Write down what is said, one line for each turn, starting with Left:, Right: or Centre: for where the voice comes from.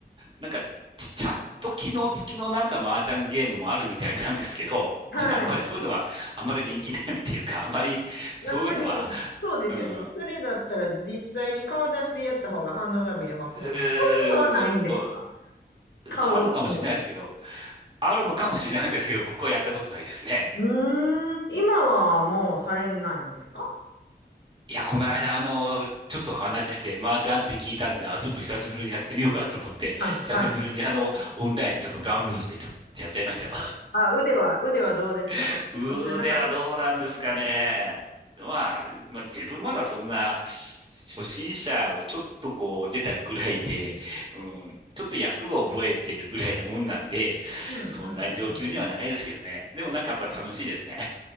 Right: なんか、チチャット機能付きのなんか麻雀ゲームもあるみたいなんですけど、
Left: はい。
Right: なんかあんまりそういうのは、あんまり人気ないっていうか、あんまりそういうのは、
Left: やっぱりそうですよね。
Right: うん。
Left: それだったら実際に顔出しでやった方が反応が見れますもんね。
Right: うーんそう
Left: そういうのはないんですか顔が見えて。
Right: あるかもしれないですけど、あるのかもしれないですけど、僕はやったことないですね。
Left: うーん。今はもうされないんですか
Right: いや、この間、あの、ちょっと話して、麻雀って聞いたんで、あ、ちょっと久しぶりにやってみようかと思って、
Left: はい、
Right: 久しぶりにあの、
Left: はい。
Right: オンラインちょっとダウンロードして、ちょっとやっちゃいましたよ。
Left: あ、腕は、腕はどうでしたお落ちてなかったですか
Right: <laughs> 腕はどうなんですかね。まあ、まあ、自分まだそんな、初心者をちょっとこう出たぐらいで、うん、ちょっと役を覚えてるぐらいなもんなんで、
Left: うん、
Right: そんなに上級にはないですけどね。
Left: うん、うん。
Right: でもなんかやっぱ楽しいですね。